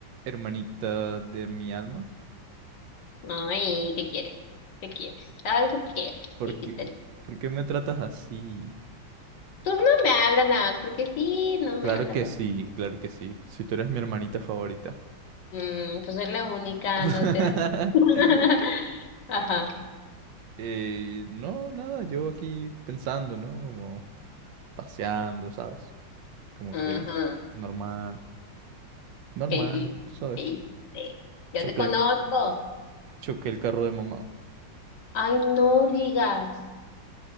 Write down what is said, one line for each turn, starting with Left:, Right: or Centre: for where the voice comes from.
Right: Hermanita de mi alma,
Left: Ay, ¿qué quieres? ¿Qué quieres? ¿Algo quieres?
Right: ¿por
Left: ¿Qué hiciste?
Right: qué, por qué me tratas así?
Left: Tú no me hablas nada más porque sí, no
Right: Claro
Left: me hablas.
Right: que sí, claro que sí. Si tú eres mi hermanita favorita.
Left: Mm, pues soy la única,
Right: <laughs>
Left: no te hablo. <laughs> Ajá.
Right: Eh, no, nada, yo aquí pensando, ¿no? Como paseando, ¿sabes? Como
Left: Ajá.
Right: que normal, normal,
Left: ¿Qué hiciste?
Right: tú sabes.
Left: ¿Qué hiciste? Yo
Right: Choqué
Left: te conozco.
Right: el, choqué el carro de mamá.
Left: Ay, no digas.